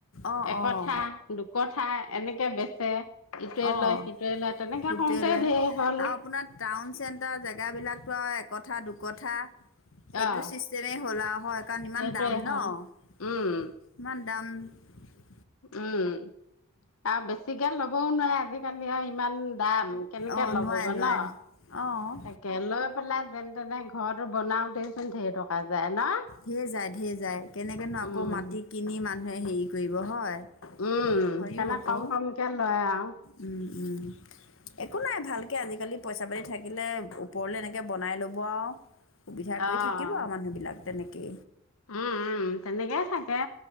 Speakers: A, on the left; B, on the left.
A: অঁ
B: একথা
A: অঁ
B: দুকথা এনেকে বেছি <inaudible> ইটোৱে
A: অঁ
B: লয় সিটোৱে লয় তেনেকে
A: সেইটোৱে
B: কৰোতে
A: লয়
B: ঢেৰ
A: আৰু
B: হ'ল
A: আপোনাৰ টাউন চেন্টাৰ জেগা বিলাকো আৰু এক কথা দুু কথা সেইটো
B: অ',
A: ছিষ্টেমেই হ'ল আৰু হয় কাৰণ ইমান
B: সেইটোৱে
A: দাম ন',
B: হ'ল উম,
A: ইমান, দাম, -
B: উম', আৰু বেছিকে ল'বও নোৱাৰে আজি, ইমান দাম কেনেকে
A: অঁ
B: ল'ব
A: নোৱাৰে
B: গ',
A: নোৱাৰে
B: ন ',
A: অঁ
B: তাকে লৈ পেলাই যেনে তেনে ঘৰটো বনাওতে চোন ধেৰ টকা, <unintelligible>
A: ধেৰজাই ধেৰ, যাই কেনেকে ন', আকৌ
B: উম।
A: মাটি কিনি মানুহে হেৰি কৰিব হয়,
B: উম
A: হয়ও
B: সেইকাৰণে
A: আকৌ
B: কম কমকে লয় আৰু।
A: উম- উম একো নাই ভাল, কে আজিকালি, পইচা পাতি থাকিলে ওপৰলে এনেকে বনাই লব, ৱাহ, সুবিধা কৰি
B: অ'
A: থাকিব আৰু মানুহ বিলাক তেনেকে, কে,
B: উম', উম ', তেনেকেই থাকে